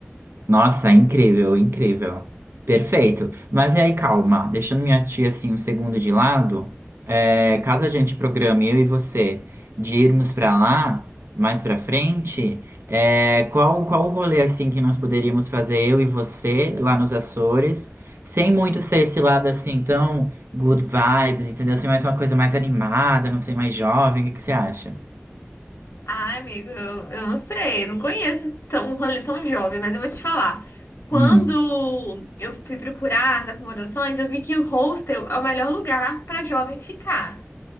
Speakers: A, on the right; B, on the left.
A: Nossa, incrível, incrível. Perfeito. Mas e aí, calma, deixando minha tia assim um segundo de lado, é, caso a gente programe eu e você de irmos pra lá mais pra frente, é, qual qual o rolê assim que nós poderíamos fazer eu e você lá nos Açores, sem muito ser esse lado assim tão good vibes, entendeu? Assim, mais uma coisa mais animada, não sei, mais jovem, o que que você acha?
B: Ah, amigo, eu, eu não sei, eu não conheço tão, um rolê tão jovem, mas eu vou te falar. Quando
A: Hum.
B: eu fui procurar as acomodações, eu vi que o hostel é o melhor lugar para jovem ficar.